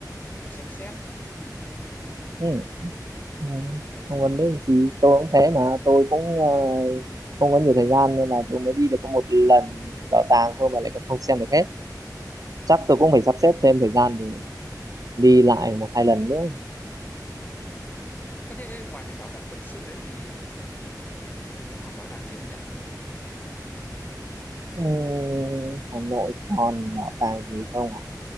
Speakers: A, on the left (about 25°); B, on the right (about 55°).
A: phải xem xét
B: ừ. Ừ. không vấn đề gì tôi cũng thế mà tôi cũng ờ, không có nhiều thời gian nên là tôi mới đi được có một lần bảo tàng thôi mà lại còn không xem được hết
A: Ừm.
B: chắc tôi cũng phải sắp xếp thêm thời gian để đi lại một hai lần nữa
A: có thể ngoài cái bảo tàng quân sự ấy thì Hà Nội còn bảo tàng gì không nhỉ
B: Ừ, Hà Nội còn bảo tàng gì không ạ?